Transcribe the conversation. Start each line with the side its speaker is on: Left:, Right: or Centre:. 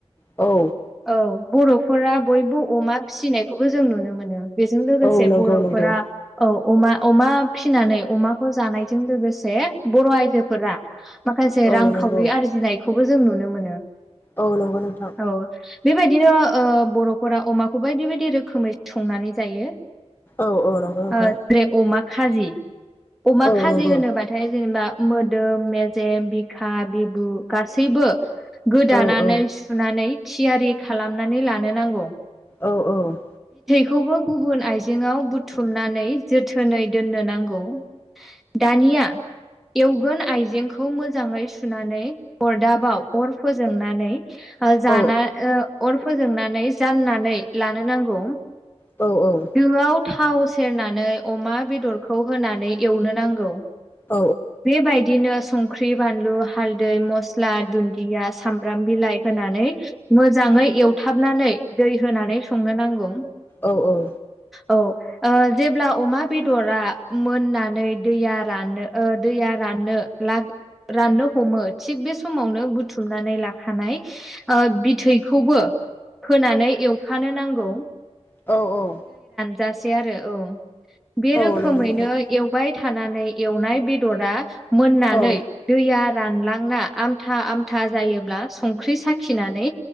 Left: औ
Centre: औ बर'फोरा बयबो अमा फिसिनायखौबो जों नुनो मोनो बेजों लोगोसे
Left: औ नंगौ
Centre: बर'फोरा
Left: नंगौ
Centre: औ अमा अमा फिनानै अमाखौ जानायजों लोगोसे बर' आयजोफोरा माखासे
Left: औ
Centre: रांखावरि
Left: नंगौ
Centre: आरजिनायखौबो जों नुनो मोनो
Left: औ नंगौ नोंथां
Centre: औ बेबायदिनो ओ बर'फोरा अमाखौ बायदि बायदि रोखोमै थंनानै जायो
Left: औ औ नंगौ नोंथां
Centre: ओ जेरै अमा खाजि अमा
Left: औ
Centre: खाजि
Left: नंगौ
Centre: होनोबाथाय जेनेबा मोदोम मेजेम बिखा बिबु गासैबो गोदानानै
Left: औ औ
Centre: सुनानै थियारि खालामनानै लानो नांगौ
Left: औ औ
Centre: बेखौबो गुबुन आइजेंआव बुथुमनानै जोथोनै दोननो नांगौ दानिया एवगोन आइजेंखौ मोजांङै सुनानै अरदाबाव अर फोजोंनानै जाना
Left: औ
Centre: ओ अर फोजोंनानै जाननानै लानो नांगौ
Left: औ औ
Centre: दोआव थाव सेरनानै अमा बेदरखौ होनानै एवनो नांगौ
Left: औ
Centre: बेबायदिनो संख्रि बानलु हालदै मस्ला दुन्दिया सामब्राम बिलाइ होनानै मोजांङै एवथाबनानै दै होनानै संनो नांगौ
Left: औ औ
Centre: औ ओ जेब्ला अमा बेदरा मोननानै दैया राननो ओ दैया राननो ला राननो हमो थिग बे समावनो बुथुमनानै ला खानाय ओ बिथैखौबो फोनानै एवफानो नांगौ
Left: औ औ
Centre: जासे आरो औ बे
Left: औ
Centre: रोखोमैनो
Left: नंगौ नोंथां
Centre: एवबाय था थानानै एवनाय बेदरा मोननानै
Left: औ
Centre: दैया रानलांना आमथा आमथा जायोब्ला संख्रि साखिनानै